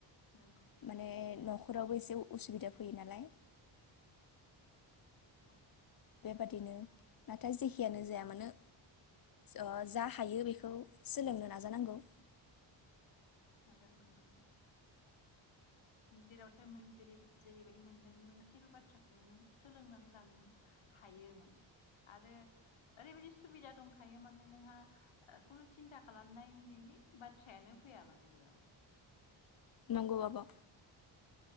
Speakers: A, on the left (about 70°); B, on the left (about 45°).
A: नोंगौ
B: माने न'खरावबो एसे उसुबिदा फैयो नालाय-
A: नंगौ
B: बेबादिनो नाथाय जेखियानो जाया मानो ओ जा हायो बेखौ सोलोंनो नाजानांगौ।
A: नाजानांगौ नंगौ जेराव <inaudible> मोन जैरै जेरैबायदि मोनदों नों गासिबो बाथ्राखौनो नों सोलोंनानै लानो हायो माने आरो ओरैबायाददि सुबिदा दंखायो माने नोंहा ओ खुनु सिन्था खालामनांनायनि बाथ्रायानो फैया माने बेयाव
B: नंगौ आब'